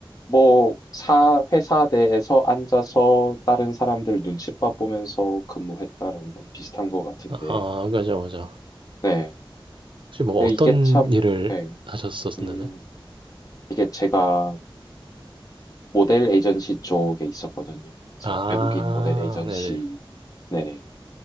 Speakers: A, on the left (about 40°); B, on the right (about 65°).
A: 뭐 사, 회사 내에서 앉아서 다른 사람들 눈칫밥 보면서 근무했다는 건 비슷한 것 같은데
B: 아, 맞아, 맞아.
A: 네.
B: 혹시 뭐
A: 근데
B: 어떤
A: 이게 참,
B: 일을
A: 네.
B: 하셨었나요?
A: 음, 이게 제가 모델 에이전시 쪽에 있었거든요. 이제
B: 아,
A: 외국인 모델 에이전시,
B: 네네.
A: 네네.